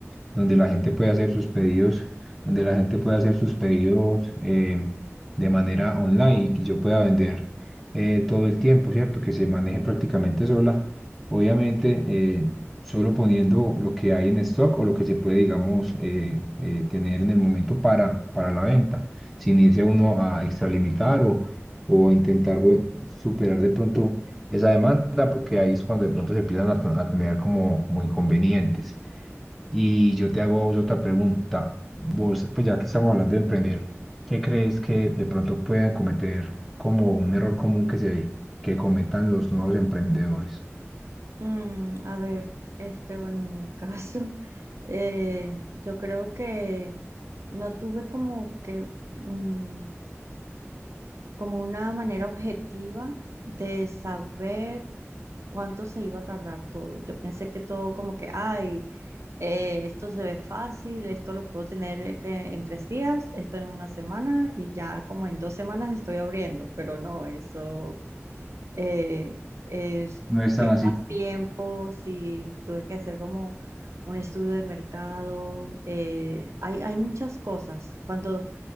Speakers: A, in the centre; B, on the right.
A: donde la gente puede hacer sus pedidos, donde la gente puede hacer sus pedidos eh, de manera online y que yo pueda vender eh, todo el tiempo, ¿cierto? Que se maneje prácticamente sola. Obviamente, eh, solo poniendo lo que hay en stock o lo que se puede, digamos, eh, eh, tener en el momento para, para la venta, sin irse uno a extralimitar o, o intentar we- superar de pronto esa demanda, porque ahí es cuando de pronto se empiezan a, t- a tener como, como inconvenientes. Y yo te hago a vos otra pregunta. Vos, pues ya que estamos hablando de emprender, ¿qué crees que de pronto puedan cometer como un error común que se que cometan los nuevos emprendedores?
B: Mm, a ver, este, bueno, en mi caso, <laughs> eh, yo creo que no tuve como que, mm, como una manera objetiva de saber cuánto se iba a tardar todo. Yo pensé que todo como que, ay, eh, esto se ve fácil, esto lo puedo tener eh, que en tres días, esto en una semana y ya como en dos semanas estoy abriendo, pero no, eso eh, es,
A: No es tan
B: lleva
A: así.
B: más tiempo, sí, tuve que hacer como un estudio de mercado, eh, hay, hay muchas cosas. Cuando